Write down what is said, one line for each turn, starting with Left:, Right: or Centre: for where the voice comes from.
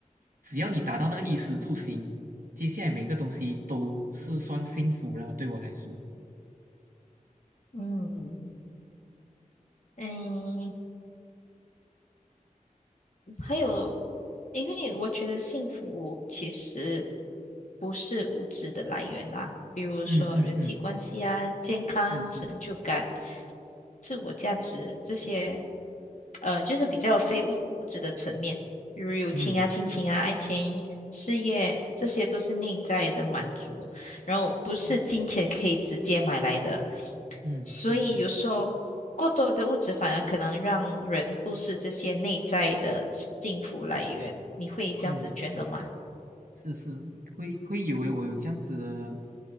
Right: 只要你达到那个衣食住行，接下来每个东西都是算幸福了。对我来说，
Left: 嗯嗯，还有，因为我觉得幸福其实不是物质的来源啦，比如说人际关系啊、
Right: 嗯嗯嗯，
Left: 健康、
Right: 是是，
Left: 成就感、自我价值这些，呃，就是比较非物质的层面，比如友情啊、
Right: 嗯，
Left: 亲情啊、爱情、事业，这些都是内在的满足，然后不是金钱可以直接买来的。
Right: 就是，嗯是是是，
Left: 所以有时候过多的物质反而可能让人忽视这些内在的幸福来源，你会这样子觉得吗？
Right: 嗯。是是，会会以为我有这样子的